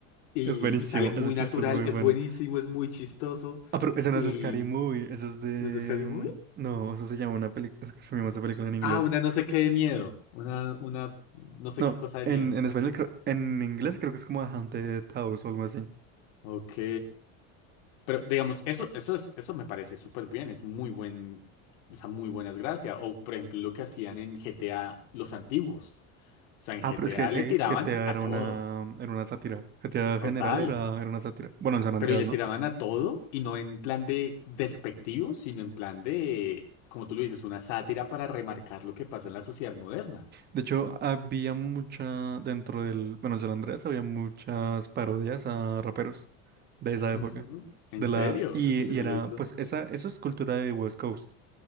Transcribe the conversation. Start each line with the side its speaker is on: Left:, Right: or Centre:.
Left: y,
Right: Es buenísimo,
Left: y sale muy
Right: ese chiste
Left: natural,
Right: es muy
Left: es
Right: bueno.
Left: buenísimo, es muy chistoso
Right: Ah, pero ese no
Left: y
Right: es de Scary Movie, eso es de...
Left: no sé, es casi
Right: mm,
Left: muy...
Right: No, eso se llama una película... Se llama esa película en inglés.
Left: Ah, una no sé qué de miedo, una, una no sé
Right: No,
Left: qué cosa de
Right: en,
Left: miedo.
Right: en español creo... En inglés creo que es como A Haunted House o algo así.
Left: Ok. Pero digamos, eso, eso es, eso me parece súper bien, es muy buen, esa muy buenas gracias. O por ejemplo, lo que hacían en GTA los antiguos. O sea, en
Right: Ah,
Left: GTA
Right: pero es que ese
Left: le tiraban
Right: GTA
Left: a
Right: era
Left: todo,
Right: una... Era una sátira. GTA
Left: total.
Right: general era, era una sátira. Bueno, en San Andreas,
Left: Pero y le
Right: ¿no?
Left: tiraban a todo y no en plan de despectivo, sino en plan de, como tú lo dices, una sátira para remarcar lo que pasa en la sociedad moderna.
Right: De hecho, había mucha, dentro del, bueno, San Andrés había muchas parodias a raperos de esa
Left: Ujú.
Right: época.
Left: ¿En
Right: De
Left: serio?
Right: la, y,
Left: Eso
Right: y
Left: sí no
Right: era,
Left: lo he visto.
Right: pues esa, eso es cultura de West Coast,